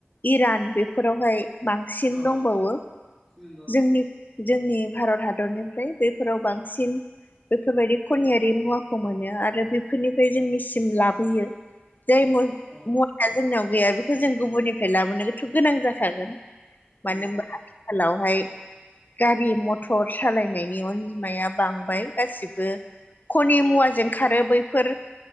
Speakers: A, on the left; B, in the centre.
A: इरान बेफोरावहाय बांसिन
B: औ
A: दंबावो
B: नंगौ
A: जोंनि जोंनि भारत हादरनिफ्राय बेफोराव बांसिन बेफोरबायदि खनियारि मुवाखौ मोनो आरो बेफोरनिफ्राय जोंनिसिम लाबोयो। जाय मुवाया
B: औ
A: जोंनायाव गैया बेखौ जों गुबुननिफ्राय लाबोनोथ' गोनां जाखागोन।
B: नंगौ
A: मानो होमबा आथिखालावहाय गारि मथर सालायनायनि अनजिमाया बांबाय गासिबो खनि मुवाजों खारो बैफोर